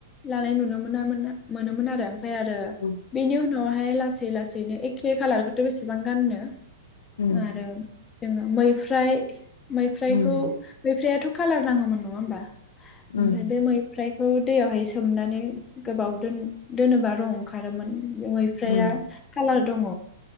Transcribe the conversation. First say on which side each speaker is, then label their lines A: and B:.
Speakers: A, on the left; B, on the left.
A: लानाय नुनो मोनामोन मोनोमोन आरो। ओमफाय आरो
B: उम,
A: बेनि उनाव हाय लासै लासैनो एखे खाालारखौथ बेसेबां गाननो।
B: उम,
A: आरो जोङो मैफ्राय मैफ्रायखौ
B: उम,
A: मैफ्रायाथ कालार नाङामोन नङा होमबा?
B: उम,
A: ओमफाय बे मैफ्राय बेखौ दैयावहाय सोमनानै गोबाव दो-दोनोबा रं ओंखारोमोन ओम मैफ्राया
B: उम,
A: कालार दङ